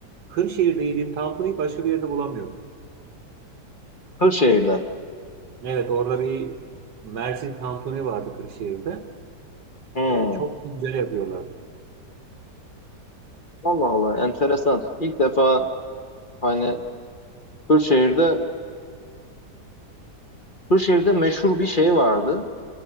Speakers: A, on the right; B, on the left.
A: Kırşehir'de yediğim tantuniyi başka bir yerde bulamıyorum.
B: Kırşehir'de.
A: Evet orada bir Mersin tantuni vardı Kırşehir'de.
B: Hmm.
A: E, çok güzel yapıyorlardı.
B: Allah Allah enteresan. İlk defa hani Kırşehir'de Kırşehir'de meşhur bir şey vardı.